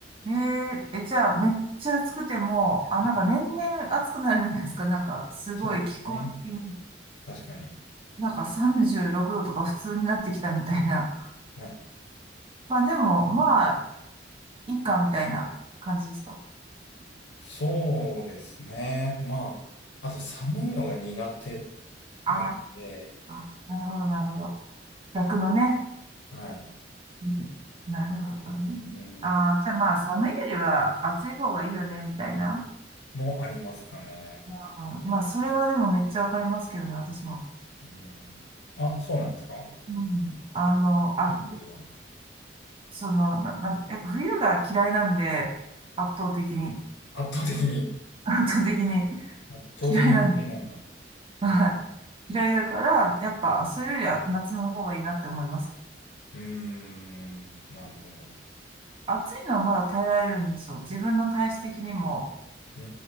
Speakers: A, on the right; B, on the left.
A: えー、え、じゃあ、めっちゃ暑くても、あ、
B: はい
A: なんか年々暑くなるじゃないですか。なんか、すごい気候的に、
B: そうですね。確かに。
A: なんか36度とか普通になってきたみたいな。
B: はい。
A: まあ、でも、まあ、いいかみたいな感じですか。
B: そうですね。まあ、あと寒いのが苦手
A: あ
B: なんで、
A: あ、なるほど、なるほど。逆のね。
B: はい。
A: うんなるほどね。
B: うん、
A: ああ、じゃあまあ、寒いよりは暑い方がいいよね、みたいな。
B: もありますかね。
A: まあ、まあそれはでもめっちゃわかりますけどね、私も。
B: うん、あ、そうなんですか
A: うん。あの、あ、
B: それよりは。
A: その、な、なんとか、やっぱ冬が嫌いなんで、圧倒的に、
B: 圧倒的に、
A: <laughs> 圧倒的に
B: 圧倒的に嫌いなんだ。
A: 嫌いなんで、はい。嫌いだから、やっぱ、それよりは夏の方がいいなって思います。
B: うーん、なるほど。
A: 暑いのはまだ耐えられるんですよ。自分の体質的にも、
B: うー